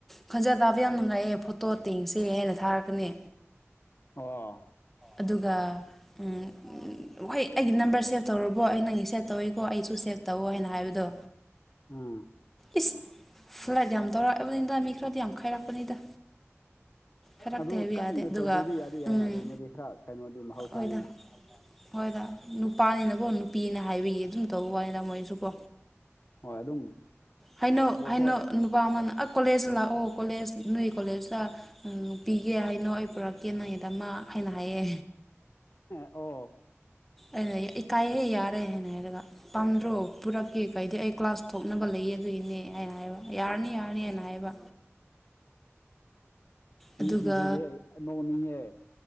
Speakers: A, in the centre; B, on the left.
A: ꯈꯣꯟꯖꯦꯜ ꯇꯥꯕ ꯌꯥꯝ ꯅꯨꯡꯉꯥꯏꯌꯦ ꯐꯣꯇꯣ ꯌꯦꯡꯁꯦ ꯍꯥꯏꯅ ꯊꯥꯔꯛꯀꯅꯤ
B: ꯑꯣ
A: ꯑꯗꯨꯒ ꯎꯝ ꯍꯣꯏ ꯑꯩꯒꯤ ꯅꯝꯕꯔ ꯁꯦꯞ ꯇꯧꯔꯕꯣ ꯑꯩ ꯅꯪꯒꯤ ꯁꯦꯐ ꯇꯧꯏꯀꯣ ꯑꯩꯁꯨ ꯁꯦꯐ ꯇꯧꯏ ꯍꯥꯏꯅ ꯍꯥꯏꯕꯗꯣ
B: ꯎꯝ
A: ꯏꯁ ꯐ꯭ꯂꯠ ꯌꯥꯝ ꯇꯧꯔꯛꯄꯕꯅꯤꯗ ꯃꯤ ꯈꯔꯗꯤ ꯌꯥꯝ ꯈꯥꯏꯔꯛꯄꯅꯤꯗ ꯈꯥꯏꯔꯛꯇꯦ
B: ꯑꯗꯨ
A: ꯍꯥꯏꯕ
B: ꯀꯟꯅ
A: ꯌꯥꯗꯦ ꯑꯗꯨꯒ
B: ꯇꯧꯗ꯭ꯔꯗꯤ ꯌꯥꯗꯤ ꯌꯥꯏꯅ
A: ꯎꯝ
B: ꯑꯗꯨꯕꯨ ꯃꯣꯏꯗꯤ ꯈꯔ ꯀꯩꯅꯣ ꯑꯗꯨꯒꯨꯝꯕꯗꯤ ꯃꯍꯧꯁꯥꯅꯤꯅ
A: ꯍꯣꯏꯗ ꯍꯣꯏꯗ ꯅꯨꯄꯥꯅꯤꯅꯀꯣ ꯅꯨꯄꯤꯅ ꯍꯥꯏꯕꯒꯤ ꯑꯗꯨꯝ ꯇꯧꯕ ꯋꯥꯅꯤꯗ ꯃꯣꯏꯁꯨꯀꯣ
B: ꯍꯣꯏ ꯑꯗꯨꯝ
A: ꯍꯥꯏꯅꯣ
B: ꯑꯣ
A: ꯍꯥꯏꯅꯣ
B: ꯍꯣꯏ
A: ꯅꯨꯄꯥ ꯑꯃꯅ ꯑꯥ ꯀꯣꯂꯦꯖꯇ ꯂꯥꯛꯑꯣ ꯀꯣꯂꯦꯖ ꯅꯣꯏ ꯀꯣꯂꯦꯖꯇ ꯄꯤꯒꯦ ꯍꯥꯏꯅꯣ ꯑꯩ ꯄꯨꯔꯛ ꯌꯦꯟꯅꯉꯦꯗ ꯃꯥ ꯍꯥꯏꯅ ꯍꯥꯏꯌꯦ
B: ꯑꯣ
A: ꯑꯩꯅ ꯏꯀꯥꯏꯍꯦ ꯌꯥꯔꯦ ꯍꯥꯏꯅ ꯍꯥꯏꯔꯒ ꯄꯥꯝꯗ꯭ꯔꯣ ꯄꯨꯔꯛꯀꯦ ꯀꯩꯗ ꯑꯩ ꯀ꯭ꯂꯥꯁ ꯊꯣꯛꯅꯕ ꯂꯩꯌꯦ ꯑꯗꯨꯏꯅꯦ ꯑꯩꯅ ꯍꯥꯏꯕ ꯍꯥꯏꯕ ꯌꯥꯔꯅꯤ ꯌꯥꯔꯅꯤ ꯑꯩꯅ ꯍꯥꯏꯕ
B: ꯃꯤꯁꯤꯡꯁꯤꯗꯤ
A: ꯑꯗꯨꯒ
B: ꯅꯣꯛꯅꯤꯡꯉꯦ